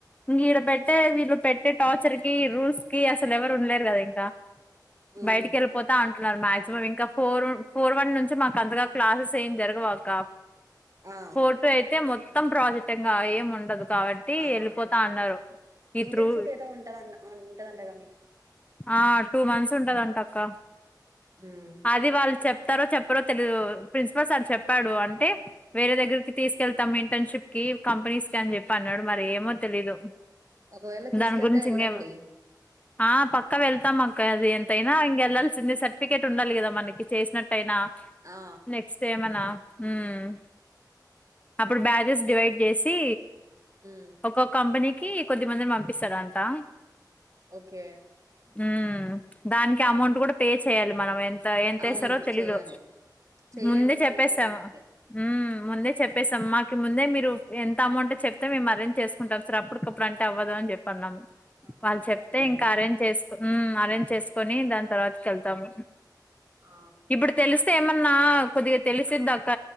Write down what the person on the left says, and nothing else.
ఇంగిడ పెట్టే వీళ్లు పెట్టే టార్చర్ కి రూల్స్ కి అసలు ఎవరు ఉండలేరు కదా ఇంకా
బయటికి వెళ్ళిపోతా అన్ అంటున్నారు మాక్సిమం ఇంకా ఫోర్ ఫోర్ వన్ నుంచి మాకు అంతగా క్లాసెస్ ఏం జరగవక్క
ఫోటో అయితే మొత్తం ప్రాజెక్టుంగా ఏం ఉండదు. కావట్టి
వెళ్ళిపోతా
అన్నారు ఈ
త్రూ
ఆ టూ మంత్స్ ఉంటుదంట అక్క
అది వాళ్ళు చెప్ చెప్తరో చెప్పరో తెలిదు ప్రిన్సిపల్ సార్ చెప్పాడు. అంటే వేరే దగ్గరకి తీసుకెళ్తాము ఇంటర్న్షిప్ కి ఈ కంపెనీస్కి అని చెప్పి అన్నాడు మరి ఏమో తెలీదు.
దాని గురించి
ఇంకేం ఆ పక్కా వెళ్తాం అక్క అది ఎంతైనా ఇంగేళ్లాల్సిందే సర్టిఫికెట్ ఉండాలి. కదా మనకి చేసినట్టు యినా
నెక్స్ట్ ఏమనా ఉమ్ అప్పుడు బ్యాజెస్ డివైడ్ చేసి
ఒక్కో కంపెనీకి కొద్ది మందిని పంపిస్తార్ అంటా
ఉమ్ దానికి అమౌంట్ కూడా పే చేయ్యాలి మనం ఎ త ఎంతస్తారో
తెలీదు
ముందే చెప్పేస్తాం.
ఉమ్ ముందే చెప్ చెప్పేసాం మాకు ముందే మీరు ఎంత అమౌంట్ చెప్తే మేము అరేంజ్ చేసుకుంటాం సార్ అప్పుటికప్పుడు అంటే అవ్వదు అని జెప్ప్ అన్నాము.
వాళ్ళు
చెప్తే
ఇంకా
అరేంజ్ చేసుకు అరేంజ్ చేసుకొని దాని తర్వాతకి వెళ్తాము.
ఇప్పుడు తెలుస్ త్ ఏమన్నా కొద్దిగా తెలిసిదిక్క